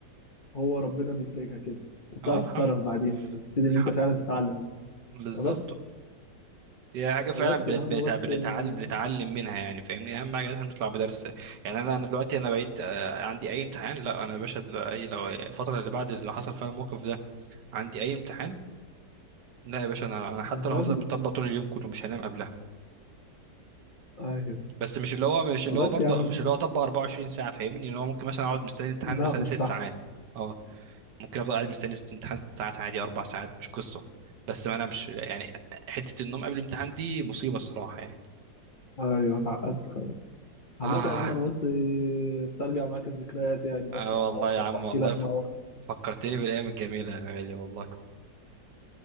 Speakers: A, on the left; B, on the right.
A: هو ربنا بيفرجها كده وبتعرف
B: اه الحمد
A: تتصرف بعدين يعني بتبتدي
B: الح-
A: ان انت فعلا تتعلم
B: بالظبط
A: فبس
B: هي حاجة فعلا
A: فبس
B: بنت-
A: يا عم
B: بنت-
A: قلت
B: بنتعلم
A: آه،
B: بنتعلم منها يعني فاهمني أهم حاجة إن إحنا بنطلع بدرس يعني أنا أنا دلوقتي أنا بقيت آه، عندي أي امتحان لا أنا يا باشا دل- أي لو الفترة اللي بعد اللي حصل فيها الموقف ده عندي أي امتحان لا يا باشا أنا أنا حتى
A: من
B: لو
A: بدري
B: هفضل مطبق طول اليوم كله مش هنام قبلها
A: ايوه
B: بس مش اللي هو مش اللي
A: فبس
B: هو برضه
A: يا عم
B: مش اللي هو أطبق 24 ساعة فاهمني إن هو ممكن مثلا أقعد مستني الامتحان
A: لا
B: مثلا
A: مش
B: ست
A: صح
B: ساعات أه ممكن أفضل قاعد مستني ست- امتحان ست ساعات عادي أربع ساعات مش قصة بس ما أنامش يعني حتة النوم قبل الامتحان دي مصيبة الصراحة يعني
A: ايوه اتعقدت خلاص عامة
B: آه
A: يا عم انا قلت استرجع معاك الذكريات يعني واسمع
B: اه والله
A: مواقفك
B: يا عم
A: واحكي
B: والله
A: لك
B: ف...
A: مواقفك
B: فكرتني بالايام الجميله يا غالي والله